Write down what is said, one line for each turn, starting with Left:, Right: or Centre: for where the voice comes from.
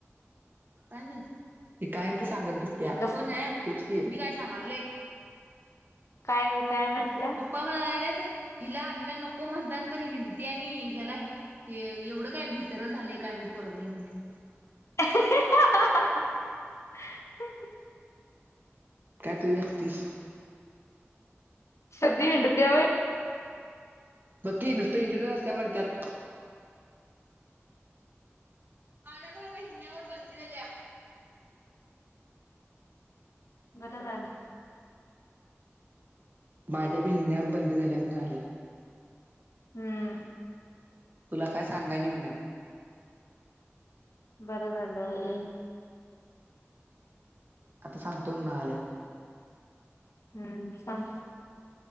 Right: काय माहित ते काय आण सांगत बसत्या
Left: गप
Right: कोण? तुच की मी काय सांगालोय?
Left: काय काय म्हटलं?
Right: पप्पा म्हणायला हिला हिला नको म्हणतान तर हिंडत्या आणि ह्याला हे एवढं काय भितर झालंय! काय मी पोरगं ये म्हणत्यात पप्पा.
Left: <inaudible>
Right: काय तू बी हसतीस?
Left: सद्दी हिंडत्या होय?
Right: बघ की नुसतं हिंडतच असत्या म्हणत्यात. माझ्या पण आता हिंडण्यावर बंदी झाल्या.
Left: बरं झालं.
Right: माझ्या बी हिंडण्यावर बंदी झाल्या म्हणाल्या.
Left: हम्म
Right: तुला काय सांगाय नाही म्हण.
Left: बरं झालं.
Right: आता सांगतो म्हणा लागल्या.
Left: हम्म सांग.